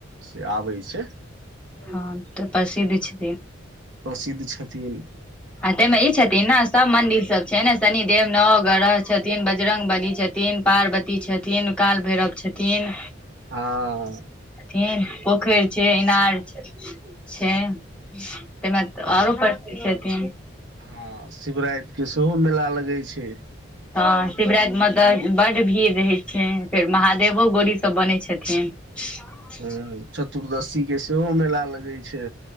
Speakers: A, on the right; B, in the centre.
A: से आबै। छै
B: हँ तऽ प्रसिद्ध छै।
A: प्रसिद्ध छथिन।
B: आ तइमे ई छथिन ने सब मंदिर सब छै ने। शनिदेव नवग्रह छथिन बजरंगबली छथिन पार्वती छथिन काल भैरव छथिन।
A: हँ।
B: फेन। पोखइर छै
A: हँ
B: इनार छै। छैम। तमे
A: आ
B: आरो पर छै। <inaudible>
A: हँ शिवरायत के सेहो मेला लगै छै।
B: हँ शिवरातिमे तऽ बड्ड भीड़ रहै छै फेर महादेवो गोरीसभ बनै छथिन। क।
A: ह चतुर्दशी के सेहो मेला लगे छै।